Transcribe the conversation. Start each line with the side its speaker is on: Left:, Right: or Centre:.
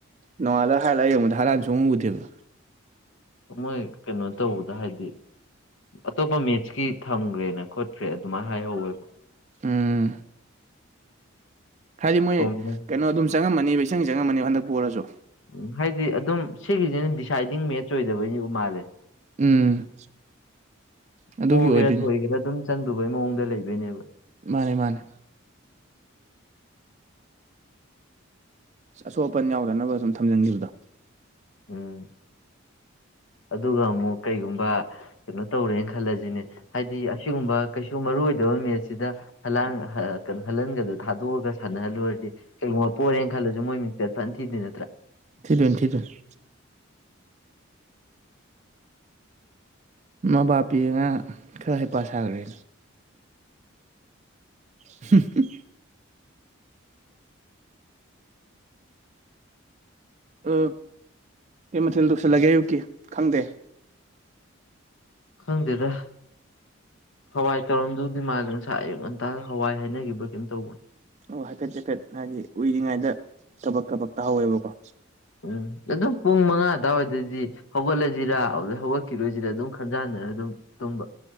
Right: ꯅꯣꯡꯉꯥꯜꯂ ꯍꯥꯏ ꯂꯥꯏꯠ ꯌꯦꯡꯕꯗ ꯍꯥꯂꯥꯟ ꯁꯨꯡꯎ ꯎꯗꯦꯕ
Left: ꯃꯣꯏ ꯀꯩꯅꯣ ꯇꯧꯕꯗ ꯍꯥꯏꯗꯤ ꯑꯇꯣꯞꯄ ꯃꯦꯠꯁꯀꯤ ꯊꯝꯒꯔ꯭ꯦ ꯅ ꯈꯣꯠꯈ꯭ꯔꯦ ꯑꯗꯨꯃꯥꯏ ꯍꯥꯏꯍꯧꯋꯦꯕ
Right: ꯎꯝ ꯍꯥꯏꯗꯤ ꯃꯣꯏ
Left: ꯊꯣꯝꯗ
Right: ꯀꯩꯅꯣ ꯑꯗꯨꯝ ꯆꯪꯉꯝꯃꯅꯤꯕ ꯏꯆꯪ ꯆꯪꯉꯝꯃꯅꯤ ꯍꯟꯗꯛ ꯄꯣꯔꯁꯨ
Left: ꯎꯝ ꯍꯥꯏꯗꯤ ꯑꯗꯨꯝ ꯁꯤꯒꯤꯁꯤꯅ ꯗꯤꯁꯥꯏꯗꯤꯡ ꯃꯦꯠꯆ ꯑꯣꯏꯗꯕꯩꯅꯤ ꯎ ꯃꯥꯜꯂꯦ
Right: ꯎꯝ ꯑꯗꯨꯒꯤ
Left: ꯄꯣꯛꯒꯦꯔꯥ
Right: ꯑꯣꯏꯗꯣꯏꯅꯤ
Left: ꯊꯣꯏꯒꯦꯔꯥ ꯑꯗꯨꯝ ꯆꯪꯗꯕꯩ ꯃꯑꯣꯡꯗ ꯂꯩꯗꯨꯏꯅꯦꯕ
Right: ꯃꯥꯅꯦ ꯃꯥꯅꯦ ꯑꯁꯣꯛ ꯑꯄꯟ ꯌꯥꯎꯗꯅꯕ ꯁꯨꯝ ꯊꯝꯖꯟꯈꯤꯕꯗ
Left: ꯎꯝ ꯑꯗꯨꯒ ꯑꯃꯨꯛ ꯀꯩꯒꯨꯝꯕ ꯀꯩꯅꯣ ꯇꯧꯔꯦꯅ ꯈ ꯈꯜꯂꯁꯤꯅꯦ ꯍꯥꯏꯗꯤ ꯑꯁꯤꯒꯨꯝꯕ ꯀꯩꯁꯨ ꯃꯔꯨ ꯑꯣꯏꯗꯕ ꯃꯦꯠꯁꯤꯗ ꯍꯂꯥꯟ ꯀꯩꯅꯣ ꯍꯜꯍꯟꯒꯗꯣ ꯊꯥꯗꯣꯛꯑꯒ ꯁꯥꯟꯅꯍꯜꯂꯨꯔꯗꯤ ꯀꯩꯒꯨꯝꯕ ꯄꯣꯔꯦꯅ ꯈꯜꯂꯁꯨ ꯃꯣꯏ ꯃꯤꯡꯆꯠ ꯐꯠ ꯊꯤꯗꯨꯏ ꯅꯠꯇ꯭ꯔꯥ
Right: ꯊꯤꯗꯨꯏꯅꯦ ꯊꯤꯗꯨꯏꯅꯤ ꯃꯕꯥꯄꯤ ꯑꯉꯥ ꯈꯔ ꯍꯩꯄꯥ ꯁꯥꯈ꯭ꯔꯦ <unintelligible> ꯎ ꯑ ꯀꯩ ꯃꯊꯦꯜ ꯇꯧꯁꯤꯜꯂꯒꯦ ꯑꯌꯨꯛꯀꯤ ꯈꯪꯗꯦ
Left: ꯈꯪꯗꯦꯗ ꯍꯋꯥꯏ ꯇꯧꯔꯝꯗꯧꯗꯤ ꯃꯥꯜꯂꯦ ꯉꯁꯥꯏ ꯑꯌꯨꯛ ꯉꯟꯇꯥ ꯍꯋꯥꯏ ꯍꯥꯏꯅꯈꯤꯕ꯭ꯔꯥ ꯀꯔꯤꯝꯇ ꯇꯧꯕꯅꯦ
Right: ꯑꯣ ꯍꯥꯏꯐꯦꯠ ꯍꯥꯏꯐꯦꯠ ꯍꯥꯏꯗꯤ ꯎꯏꯔꯤꯉꯩꯗ ꯀꯕꯛ ꯀꯕ ꯇꯥ ꯍꯧꯋꯦꯕꯀꯣ
Left: ꯎꯝ ꯑꯗꯨꯝ ꯄꯨꯡ ꯃꯉꯥ ꯑꯗꯨꯋꯥꯏꯗꯗꯤ ꯍꯧꯒꯠꯂꯁꯤꯔ ꯑꯗꯨꯗ ꯍꯧꯒꯠꯈꯤꯔꯣꯏꯁꯤꯔꯥ ꯑꯗꯨꯝ ꯈꯟꯖꯥꯟꯅꯅ ꯑꯗꯨꯝ ꯇꯨꯝꯕ